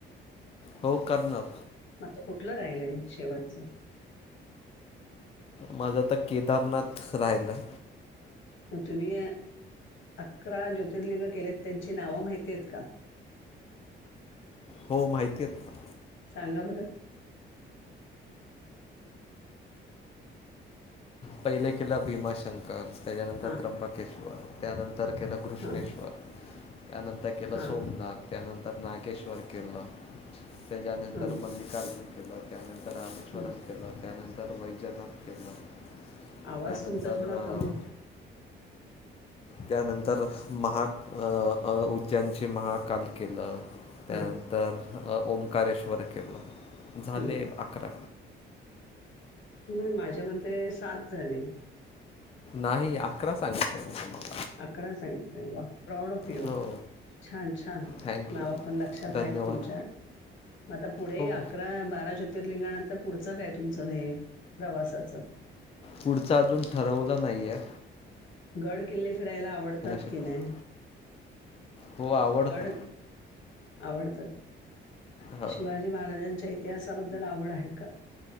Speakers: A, on the left; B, on the left.
A: हो खारणार
B: म आता कुठलं राहिलय शेवटच
A: माझं आता केदारनाथ राहिलंय
B: म तुम्ही अकरा ज्योतिर्लिंग केलेत त्यांची नावं माहिती आहेत का
A: हो माहितीेत न
B: सांगा बरं
A: पहिले केलं भीमा शंकर त्याच्यानंतर
B: हां,
A: त्र्यंबकेश्वर त्यानंतर नंतर केलं घृष्णेश्वर
B: हां,
A: त्यानंतर केलं
B: हां,
A: सोमनाथ त्यानंतर नागेश्वर केलं त्याच्यानंतर
B: हां,
A: मल्लिकार्जुन केलं त्यानंतर रामेश्वरमं
B: हं.
A: केलं त्यानंतर वैजनाथ केलं
B: आवास
A: त्यानंतर
B: तुमचा थोडा
A: अ,
B: कमी होतोय
A: त्यानंतर महाग अ अ उद्यानचे महाकाल केलं त्यानंतर
B: हां,
A: अ ओंकारेश्वर केलं झाले
B: हं.
A: अकरा
B: नई माझ्या मते सात झाले
A: नाही अकरा सांगितले मग
B: अकरा सांगितले वाह प्रौड ऑफ यु
A: हो,
B: छान छान
A: थँक
B: नाव
A: यू.
B: पण लक्षात
A: धन्यवाद.
B: आहे तुमच्या म आता पुढे
A: हो,
B: अकरा बारा ज्योतिर्लिंगानंतर पुढचं काय तुमचं ह प्रवासाचं
A: पुढचं अजून ठरवलं नाये
B: गड किल्ले फिरायला आवडतात
A: शकत.
B: की नाही
A: हो, आवडतं.
B: घड आवडतात
A: हं,
B: शिवाजी महाराजांच्या इतिहासाबद्दल आवड आहे का